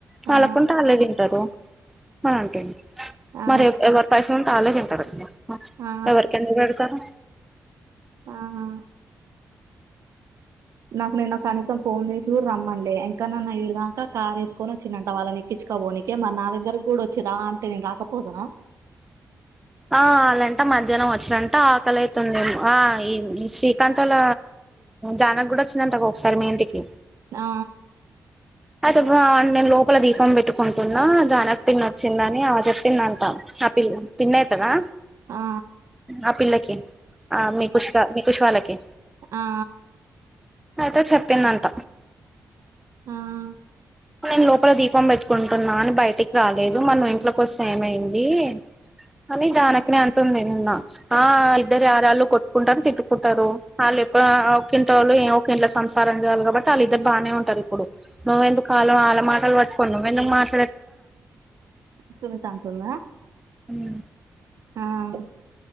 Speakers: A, in the centre; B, on the right.
A: వాళ్లకుంటే
B: ఆ
A: అలే దింటారు మరి అంటుంది
B: ఆ
A: మరి ఏ ఎవర్ పైస ఉంటే అలే దింటారు గదా
B: ఆ
A: ఎవరికెందుకు వెడుతారు
B: ఆహా నాకు నిన్న కానీసం ఫోన్ జేసి గూడ రమ్మనలే. యకన్న అన్ను ఇడిదాక్క కార్ ఏసుకొని వచ్చిండంట వాళ్లని ఎక్కిచ్ ఎక్కిచ్కబోనికే మర్ నా దగ్గరకి గూడ వచ్చి రా అంటే నేను రాకపోదునా
A: ఆ అల్లంట మధ్యాన్నామ్ వచ్చారంట ఆకలి అయితుందేమో. ఆ ఈ శ్రీకాంత్ ఒళ్ల జానక గూడ వచ్చందంట గదా ఒక్కసారి మీ ఇంటికి
B: ఆ
A: అయితే నేను లోపల దీపం పెట్టుకుంటున్నా జానక్ పిన్ని వచ్చిందని ఆవె జేప్పిందంటా. పి పిన్నయితదా
B: ఆ
A: ఆ పిల్లకి ఆ మీ కుష్ రా మీ కుష్ వాళ్లకి
B: ఆ ఆ
A: అయితే చెప్పిందంట
B: ఉమ్మ్
A: ఇప్పుడే నేను లోపల దీపం పెట్టుకుంటున్నా అని బయటికి రాలేదు. మర్ నువ్ ఇంట్ల కోస్తే ఏమైంది అని జానకినే అంటుంది నిన్న ఆ ఇద్దరు యరళ్ళు కొట్ కొట్టుకుంటారు తిటుకుంటారు. వాళ్ళఎప్పుడు ఒక ఇంటిల్లో ఏ ఒక్ ఇంట్లో సంసారం జేయాలీ గాబట్టి వాళ్ల ఇద్దరు బానే ఉంటారు. ఇప్పుడు నువ్వెందుకాళ్ళ అల్ల మాటలు వట్టుకోని నువ్వెందుకు మాట
B: సునీత అంటుందా
A: ఉమ్మ్
B: ఆమ్